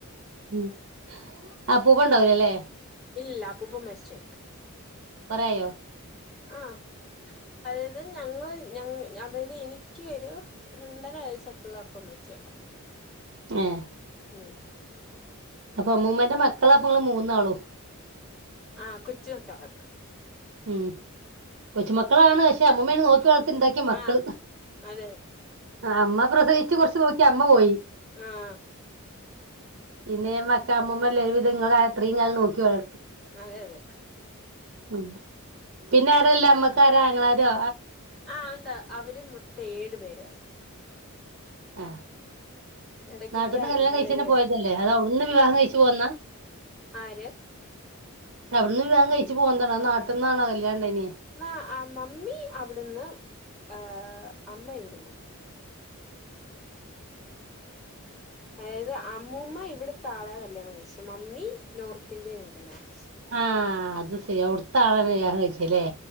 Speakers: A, on the right; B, in the centre.
A: ഉം അപ്പൂപ്പ ഉണ്ടാവൂലല്ലേ
B: ആഹ്ംഇല്ല അപ്പൂപ്പൻ മരിച്ച് പൊയി
A: കൊറായോ
B: ആഹ് അതായത് ഞങ്ങള് ഞങ്ങ അതായത് എനിക്ക് ഒരു രണ്ടര വയസ്സൊക്കെ ഉള്ളപ്പ മ ച്ചോയതാ
A: ഏഹ്
B: ഉം
A: അപ്പൊ അമ്മൂമ്മന്റെ മക്കളാപ്പ ഇങ്ങള് മൂന്നാളും
B: ആഹ് കൊച്ചു മക്കളാ
A: ഉം കൊച്ചുമക്കളാണ് പക്ഷെ അമ്മൂമ്മെനേ നോക്കി വ ത്ത്ണ്ടാക്കിയ, മക്കള്,
B: ആഹ് അതെ
A: അമ്മ പ്രസവിച്ചു, കൊറച്ച് നോക്കി, അമ്മ പോയി.
B: ആഹ് -
A: പിന്നെ, മക്ക, അമ്മുമമ്മല്ലവിധ, ങ്ങളാത്രേം, കാലം, നോക്കി വള
B: അതെ, അതെ
A: ഉം പിന്നെ, ആറെല്ല, അമ്മക്കാരാ, അങ്ങാരോ
B: ആഹ്, ഉണ്ട്, അവര് മൊത്തം, ഏഴു പേരാണ്.
A: ആഹ്.
B: ഇടക്കൊക്കെ
A: നാട്ടന്ന് കല്യാണം
B: ഇവര്
A: കഴിച്ച്ന്നെ പോയതല്ലേ, അതോ, അവ്ടെന്ന് വിവാഹം കഴിച്ച്പോന്നതാ
B: ആര്.
A: അവിടുന്ന് വിവാഹം കഴിച്ചു പോന്നതാ അതൊ, നാട്ട്ന്നാണോ, കല്യാണംകഴിഞ്ഞേ?
B: ന്നാ മമ്മി അവിടുന്ന്, ആഹ് അമ്മ ഇവിടുന്നു. അതായത് അമ്മൂമ്മ ഇവിടെത്താളെ കല്യാണം കഴിച്ച, മമ്മി നോർത്ത് ഇന്ത്യേന കല്യാണം -
A: ആഹ, അത് ശരി, അവിടുത്തെളെണ്, വിവാഹം, കയ്ച്ചേലേ